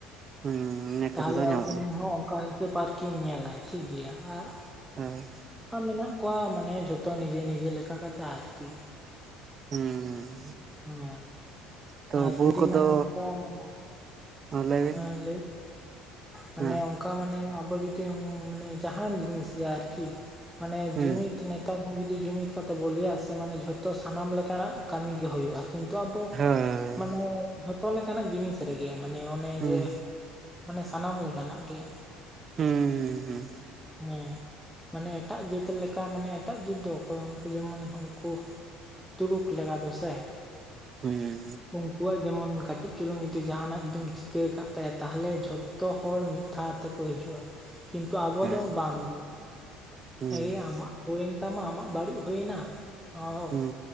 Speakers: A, on the right; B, in the centre.
A: ᱦᱩᱸ ᱤᱱᱟᱹᱠᱷᱟᱱ
B: ᱛᱟᱦᱚᱞᱮ
A: ᱫᱚ ᱧᱟᱢᱚᱜ
B: ᱩᱱᱤ
A: ᱜᱮᱭᱟ
B: ᱦᱚᱸ ᱚᱱᱠᱟ ᱯᱟᱨᱠᱤᱧ ᱧᱮᱞᱟ ᱴᱷᱤᱠ ᱜᱮᱭᱟ ᱟᱨ
A: ᱦᱮᱸ
B: ᱚᱱᱠᱟ ᱢᱮᱱᱟᱜ ᱠᱚᱣᱟ ᱢᱟᱱᱮ ᱡᱷᱚᱛᱚ ᱱᱤᱡᱮ ᱱᱤᱡᱮ ᱞᱮᱠᱟ ᱠᱟᱛᱮᱜ ᱟᱨᱠᱤ
A: ᱦᱩᱸ
B: ᱦᱟ
A: ᱛᱚ
B: ᱟᱨ
A: ᱵᱩᱨ
B: ᱡᱩᱫᱤ ᱤ
A: ᱠᱚᱫᱚ
B: ᱢᱟᱱᱮ ᱚᱱᱠᱟ ᱢᱟᱱᱮ
A: ᱞᱟᱹᱭ ᱵᱤᱱ
B: ᱦᱮᱸ ᱞᱟᱹᱭ ᱢᱟᱱᱮ
A: ᱦᱮᱸ
B: ᱚᱱᱠᱟ ᱢᱟᱱᱮ ᱟᱵᱚ ᱡᱩᱫᱤ ᱢᱟᱱᱮ ᱡᱟᱦᱟᱱ ᱡᱤᱱᱤᱥ ᱜᱮ ᱟᱨᱠᱤ ᱢᱟᱱᱮ
A: ᱦᱩᱸ
B: ᱡᱩᱢᱤᱫ ᱱᱮᱛᱟᱨ ᱦᱚᱸ ᱡᱩᱫᱤ ᱡᱩᱢᱤᱫ ᱠᱟᱛᱮ ᱵᱚ ᱞᱟᱹᱭᱟ ᱥᱮ ᱢᱟᱱᱮ ᱡᱚᱷᱛᱚ ᱥᱟᱱᱟᱢ ᱞᱮᱠᱟᱱᱟᱜ ᱠᱟᱹᱢᱤ ᱜᱮ ᱦᱩᱭᱩᱜ-ᱟ ᱠᱤᱱᱛᱩ ᱟᱵᱚ
A: ᱦᱳᱭ
B: ᱢᱟᱱᱮ ᱡᱚᱛᱚ ᱞᱮᱠᱟᱱᱟᱜ ᱡᱤᱱᱤᱥ ᱨᱮᱜᱮ ᱢᱟᱱᱮ ᱚᱱᱮ
A: ᱦᱩᱸ
B: ᱡᱮ ᱢᱟᱱᱮ ᱥᱟᱱᱟᱢ ᱞᱮᱠᱟᱱᱟᱜ ᱜᱮ
A: ᱦᱩᱸ ᱦᱩᱸ ᱦᱩᱸ
B: ᱦᱮᱸ ᱢᱟᱱᱮ ᱮᱴᱟᱜ ᱡᱟᱹᱛ ᱞᱮᱠᱟ ᱢᱟᱱᱮ ᱮᱴᱟᱜ ᱡᱟᱹᱛ ᱫᱚ ᱚᱠᱚᱭ ᱩᱱᱠᱩ ᱡᱮᱢᱚᱱ ᱩᱱᱠᱩ ᱛᱩᱲᱩᱠ ᱞᱮᱠᱟ ᱫᱚ ᱥᱮ
A: ᱦᱩᱸ
B: ᱩᱱᱠᱩᱣᱟᱜ ᱡᱮᱢᱚᱱ ᱠᱟᱹᱴᱤᱡ ᱪᱩᱞᱩᱝ ᱡᱩᱫᱤ ᱡᱟᱦᱟᱱᱟᱜ ᱡᱩᱫᱤᱢ ᱪᱤᱠᱟᱹ ᱟᱠᱟᱫ ᱛᱟᱭᱟ ᱛᱟᱦᱚᱞᱮ ᱡᱷᱚᱛᱚ ᱦᱚᱲ ᱢᱤᱫ ᱫᱷᱟᱣ ᱛᱮᱠᱚ ᱦᱤᱡᱩᱜ-ᱟ ᱠᱤᱱᱛᱩ ᱟᱵᱚ
A: ᱦᱩᱸ ᱦᱮᱸ
B: ᱫᱚ ᱵᱟᱝᱜᱮ
A: ᱦᱩᱸ
B: ᱮᱭᱟ ᱟᱢᱟᱜ ᱦᱩᱭᱮᱱ ᱛᱟᱢᱟ ᱟᱢᱟᱜ ᱵᱟᱹᱲᱤᱡ ᱦᱩᱭ ᱮᱱᱟ ᱚ ᱚᱠ
A: ᱦᱩᱸ